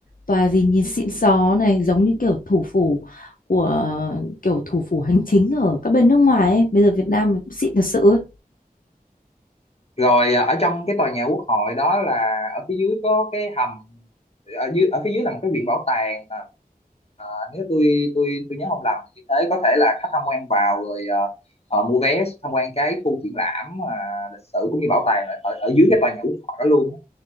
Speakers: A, on the left (about 65°); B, on the left (about 40°).
A: tòa gì nhìn xịn xó này giống như kiểu thủ phủ của kiểu thủ phủ hành chính ở các bên nước ngoài ấy. Bây giờ Việt Nam mình cũng xịn thật sự ấy.
B: rồi à, ở trong cái tòa nhà quốc hội đó là ở phía dưới có cái hầm ở dưới ở phía dưới là một cái viện bảo tàng à, à, nếu tôi tôi tôi nhớ không lầm như thế có thể là khách tham quan vào rồi à, ờ, mua vé tham quan cái khu triển lãm à, lịch sử cũng như bảo tàng ở, ở ở dưới cái tòa nhà quốc hội đó luôn á.